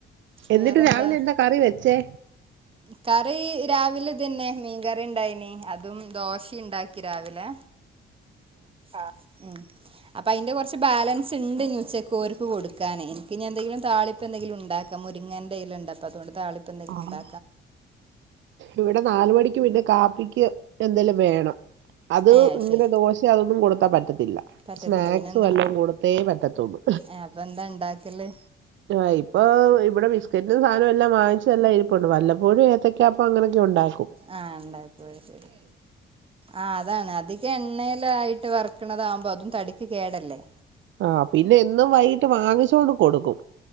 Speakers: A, on the right (about 70°); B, on the right (about 25°).
A: എന്നിട്ട്
B: വേറെന്താ
A: രാവിലെ എന്താ കറി വെച്ചേ
B: കറി രാവിലെതന്നെ മീൻകറി ഉണ്ടായിനി അതും ദോശുണ്ടാക്കി രാവിലെ ആഹ് ഉം അപ്പൊ അതിന്റെ കുറച്ച് ബാലൻസ് ഉണ്ട് ഉച്ചക്കർക്ക് കൊടുക്കാൻ എനിക്ക്നി എന്തെങ്കിലും താളിപ്പ് എന്തെങ്കിലും ഉണ്ടാക്കാം മുരിങ്ങേൻന്റെയ്ൽ ഉണ്ട അപ്പ അതുകൊണ്ട് താളിപ്പ് എന്തെങ്കിലും
A: ആഹ്
B: ഉണ്ടും
A: ഇവിടെ നാല് മണിക്ക് പിന്നെ കാപ്പിക്ക് എന്തേലും വേണം അത്
B: ഏഹ്
A: ഇങ്ങനെ
B: ശരി
A: ദോശ അതൊന്നും കൊടുത്താ പറ്റത്തില്ല
B: പറ്റത്തില്ല
A: സ്നാക്സും
B: പിന്നെ എന്താ
A: എല്ലാം കൊടുത്തേ പറ്റത്തുള്ളൂ
B: ഏഹ് അപ്പൊ എന്താ ഉണ്ടാക്കല്
A: ആ ഇപ്പൊ ഇവിടെ ക്രിക്കറ്റ് സാധനല്ലാം വാങ്ങിച്ച് എല്ലാ ഇരിപ്പുംണ്ട് വല്ലപ്പോഴും ഏത്തക്ക അപ്പം അങ്ങനൊക്കെ ഉണ്ടാക്കി
B: ആഹ് ഉണ്ടക്കും ശരി ആ അതാണ് അതിക എണ്ണ യിട്ട് വറക്കണതാകുമ്പോ അതും തടിക്ക് കേടല്ലേ
A: ആഹ് പിന്നെ എന്നും വൈകിട്ട് വാങ്ങിച്ചോണ്ട് കൊടുക്കും